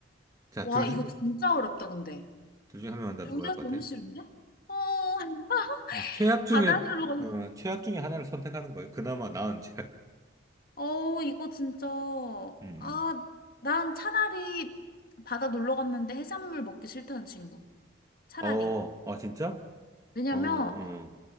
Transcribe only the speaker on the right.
자,
둘 중에
둘 중에 한 명 한다
누구 할 것
같아?
음, 최악 중에
어, 최악 중에 하나를 선택하는 거예요. 그나마 나은 최악. <laughs>
음.
음. 어, 아 진짜?
어, 어.